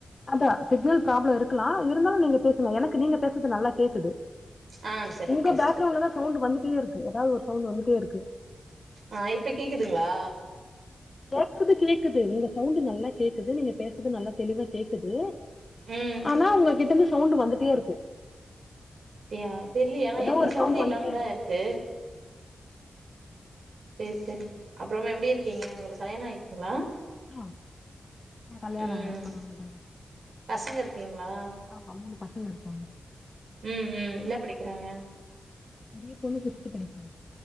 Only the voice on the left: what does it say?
அதா சிக்னல் ப்ராப்ளோ இருக் கலா இருந்தாலு நீங்க பேசுங்க எனக்கு நீங்க பேசுறது நல்லா கேக்குது
உங்க
பேக்ரவுண்ட்ல தா சவுண்டு வந்துட்டே இருக்கு எதாவது ஒரு சவுண்டு வந்துட்டே இருக்கு
கேக்குறது கேக்குது உங்க சவுண்டு நல்லா கேக்குது நீங்க பேசுறது நல்லா தெளிவா கேக்குது
ஆனா உங்ககிட்ட இருந்து சவுண்டு வந்துட்டே இருக்கு
ஏதோ
ஒரு
சவுண்ட்
வந்துட்டே
ஆ எனக்கு கல்யாணோ
<unintelligible>
ஆமா மூணு பசங்க இருக்காங்க
பெரிய பொண்ணு ஃபிப்து படிக்கிறா